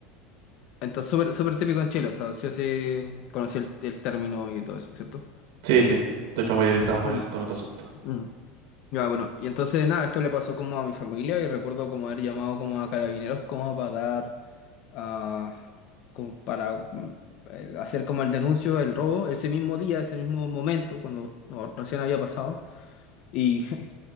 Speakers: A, on the left; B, on the right.
A: entonces, súper súper típico en Chile, o sea, sí o sí conocí el, el término y todo eso, ¿cierto?
B: Sí, sí, estoy familiarizado con
A: Mm,
B: el, con el concepto.
A: mm. Ya, bueno, y entonces nada, esto le pasó como a mi familia y recuerdo como haber llamado como a carabineros como para dar, ah, como para mm, eh, hacer como el denuncio del robo ese mismo día, ese mismo momento, cuando no, recién había pasado. Y <laughs>